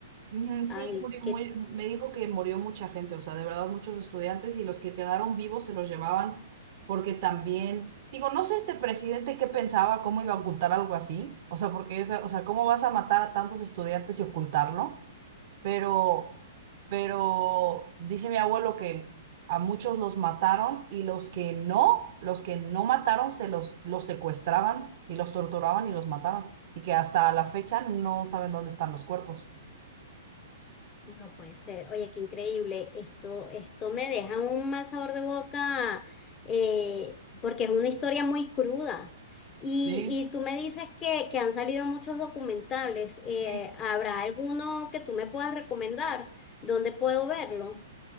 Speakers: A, on the right (about 50°); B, on the left (about 25°).
A: Ujú, Sí,
B: ay,
A: murió
B: qué
A: muy- me dijo que murió mucha gente, o sea, de verdad muchos estudiantes y los que quedaron vivos se los llevaban porque también, digo, no sé este presidente qué pensaba, cómo iba a ocultar algo así, o sea, porque esa, o sea, cómo vas a matar a tantos estudiantes y ocultarlo, pero, pero dice mi abuelo que a muchos los mataron y los que no, los que no mataron se los, los secuestraban y los torturaban y los mataron y que hasta la fecha no saben dónde están los cuerpos.
B: No puede ser. Oye, qué increíble. Esto, esto me deja un mal sabor de boca, eh, porque es una historia muy cruda. Y,
A: Sí,
B: y tú me dices que, que han salido muchos documentales. Eh,
A: sí,
B: ¿habrá alguno que tú me puedas recomendar? ¿Dónde puedo verlo?